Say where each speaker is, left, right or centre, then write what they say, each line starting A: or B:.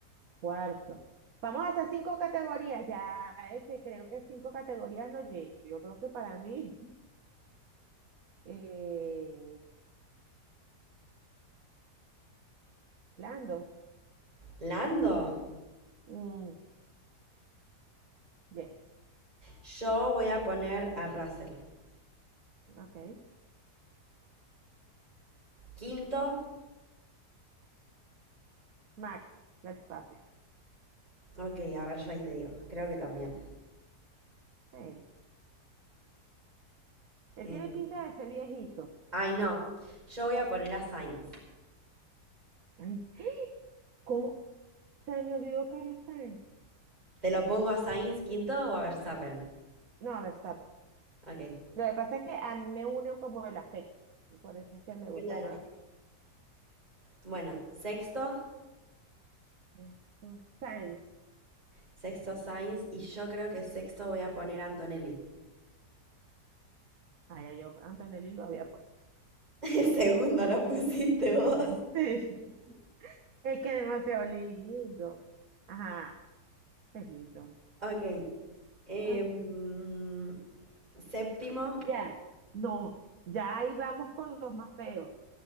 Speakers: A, on the right (about 60°); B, on the right (about 25°).
A: Cuarto. Vamos a hacer cinco categorías. Ya, este, creo que cinco categorías no llego. Yo creo que para mí, <laughs> eh, Lando.
B: ¿Lando?
A: Mm, yes.
B: Yo voy a poner a Russell.
A: Ok.
B: Quinto.
A: Max Verstappen.
B: Ok, a ver, yo ahí te digo. Creo que también.
A: Hey. Él
B: Eh,
A: tiene pinta de ser viejito.
B: Ay, no. Yo voy a poner a Sainz.
A: Ay, ¿cómo? Se me olvidó Carlos Sainz.
B: ¿Te lo pongo a Sainz quinto o a Verstappen?
A: No, Verstappen.
B: Ok.
A: Lo que pasa es que a mí me une como el afecto. Por eso es que me
B: Claro.
A: gusta más.
B: Bueno, sexto.
A: Sexto, Sainz.
B: Sexto Sainz. Y yo creo que sexto voy a poner a Antonelli.
A: Ah, ya yo Antonelli lo había puesto.
B: <laughs> Segundo lo pusiste
A: <laughs>
B: vos.
A: Sí, es que es demasiado lindo. Ajá, es lindo.
B: Ok. em,
A: Ay,
B: séptimo.
A: ya, no, ya ahí vamos con los más feos.